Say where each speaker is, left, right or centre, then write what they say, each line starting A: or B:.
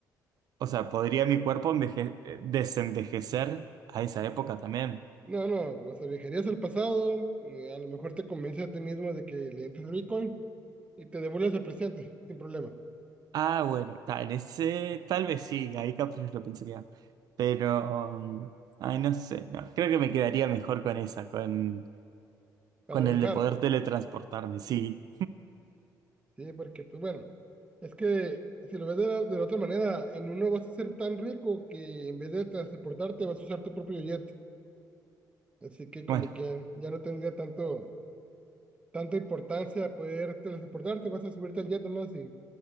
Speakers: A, on the right; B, on the right.
A: O sea, ¿podría mi cuerpo enveje- eh, desenvejecer a esa época también?
B: No, no, o sea, viajarías al pasado, eh, a lo mejor te convences a ti mismo de que le entres a Bitcoin y te devuelves al presente, sin problema,
A: Ah, bueno, tal, ese, tal vez sí, ahí capaz lo pensaría. Pero, um, ay, no sé, no, creo que me quedaría mejor con esa, con,
B: para
A: con
B: viajar,
A: el de poder teletransportarme, sí.
B: ¿sí? Porque, pues bueno, es que si lo ves de la, de la otra manera, en uno vas a ser tan rico que en vez de transportarte vas a usar tu propio jet, así que como
A: Bueno,
B: que ya no tendría tanto, tanta importancia poder transportarte, vas a subirte al jet nomás y